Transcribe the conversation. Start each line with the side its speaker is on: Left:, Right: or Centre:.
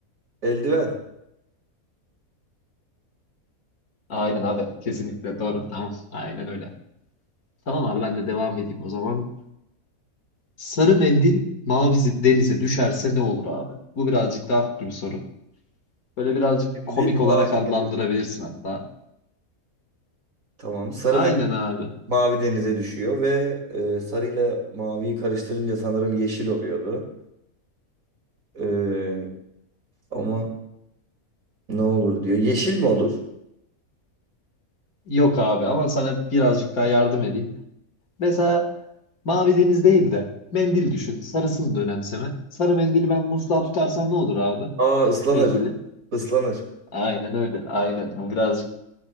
Right: Eldiven.
Left: Aynen abi. Kesinlikle doğru. Tamam. Aynen öyle. Tamam abi ben de devam edeyim o zaman. Sarı mendil mavi zi- denize düşerse ne olur abi? Bu birazcık daha farklı bir soru. Böyle birazcık
Right: Sendil
Left: komik olarak
Right: mavi
Left: adlandırabilirsin
Right: denizde.
Left: hatta.
Right: Tamam. Sarı
Left: Aynen
Right: mer-
Left: abi.
Right: mavi denize düşüyor ve e, sarıyla maviyi karıştırınca sanırım yeşil oluyordu. Ee, ama ne olur diyor. Yeşil mi olur?
Left: Yok abi ama sana birazcık daha yardım edeyim. Mesela mavi deniz değil de mendil düşün. Sarısını da önemseme. Sarı mendili ben musluğa tutarsam ne olur abi?
Right: Aa ıslanır.
Left: Mendili.
Right: Islanır.
Left: Aynen öyle. Aynen. Bu birazcık